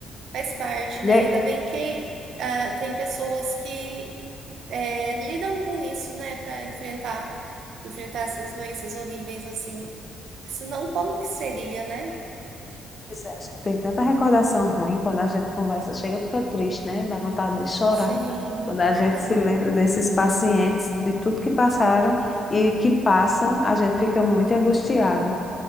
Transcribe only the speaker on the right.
Faz parte, né?
Ainda bem que ah, tem pessoas que é, lidam com isso, né, Pra enfrentar, enfrentar essas doenças horríveis assim. Senão, como que seria, né?
Sim,
é
verdade.